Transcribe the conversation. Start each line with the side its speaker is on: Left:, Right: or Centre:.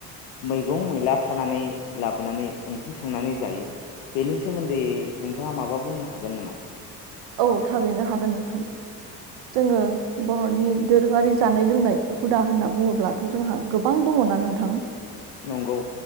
Left: मैगं मैला खानानै लाबोनानै ओंख्रि संनानै जायो। बेनि सोमोन्दै नोंथाङा माबा बुंनो हागोन नामा?
Right: औ थागैनो हागोन नोंथां। जोङो बर'नि दोरोङारि जानाय लोंनाय हुदा होनना बुङोब्लाथ' जोंहा गोबां दङना नोंथां।
Left: नंगौ।